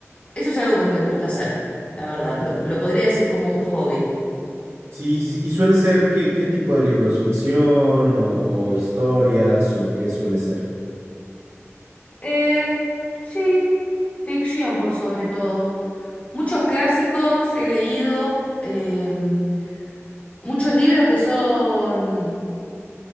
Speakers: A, on the left; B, on the right.
A: Eso es algo que me gusta hacer, la verdad. Lo, lo podría decir como un hobby.
B: Sí, sí, y suele ser qué, qué tipo de libros, ficción o, o historias o qué suele ser.
A: Em, sí, ficción por sobre todo. Muchos clásicos he leído, em, muchos libros que son,